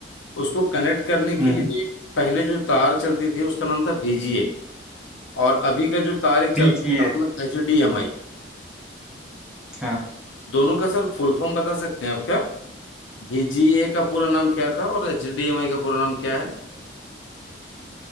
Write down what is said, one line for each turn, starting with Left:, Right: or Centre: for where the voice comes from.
Left: उसको कनेक्ट करने के
Centre: हम्म
Left: लिए पहले जो तार चलती थी उसका नाम था बीजीए और अभी का जो तार एक
Centre: बी
Left: चलता
Centre: जी
Left: है
Centre: ए
Left: उसका नाम है एचडीएमआई
Centre: हाँ
Left: दोनों का सर फुल फॉर्म बता सकते हैं आप क्या VGA का पूरा नाम क्या था और HDMI का पूरा नाम क्या है